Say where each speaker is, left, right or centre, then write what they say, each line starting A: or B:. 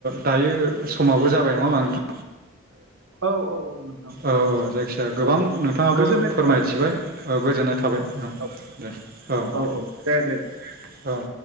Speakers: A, on the right; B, on the right.
A: दायो समाबो जाबाय नङा होबा नोंथां?
B: औ औ नोंथां
A: ओ औ जायखिजाया गोबां
B: ओ,
A: नोंथाङाबो
B: गोजोननाय
A: फोरमायथिबाय।
B: थाबाय
A: ओ गोजोननाय थाबाय नोंथां
B: औ
A: दे औ
B: औ औ दे दे
A: औ।